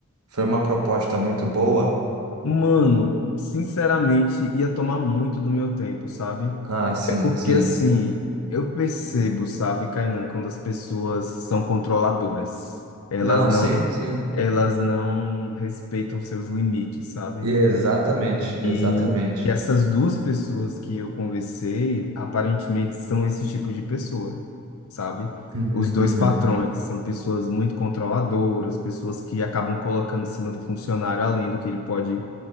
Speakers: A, on the right; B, on the left.
A: Foi uma proposta muito boa?
B: Mano, sinceramente, ia tomar muito do meu tempo, sabe?
A: Ah, sim,
B: É porque
A: sim.
B: assim, eu percebo, sabe, Kainan, quando as pessoas são controladoras. Elas
A: Não,
B: não,
A: sim, sim.
B: elas não respeitam seus limites, sabe?
A: E exatamente, exatamente.
B: E essas duas pessoas que eu conversei, aparentemente são esse tipo de pessoa, sabe?
A: Uhum,
B: Os dois
A: uhum,
B: patrões são pessoas muito controladoras, pessoas que acabam colocando em cima do funcionário além do que ele pode